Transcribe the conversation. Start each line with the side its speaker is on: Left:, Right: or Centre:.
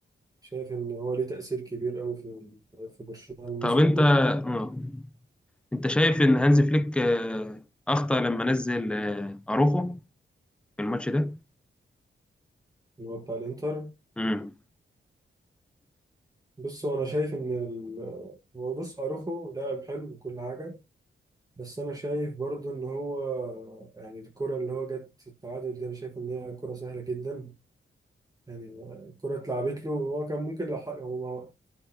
Right: شايف ان هو ليه تأثير كبير قوي في في برشلونة الموسم
Centre: طب أنت
Right: ده
Centre: آه، أنت شايف إن هانز فليك آه، أخطأ لما نزل آه، أروخو في الماتش ده؟
Right: اللي هو بتاع الانتر
Centre: مم.
Right: بص هو انا شايف ان ال... هو بص اروخو لاعب حلو وكل حاجة بس انا شايف برضو ان هو يعني الكرة اللي هو جت التعادل دي انا شايف ان هي كرة سهلة جدا يعني الكرة اتلعبت له هو كان ممكن لو ح- هو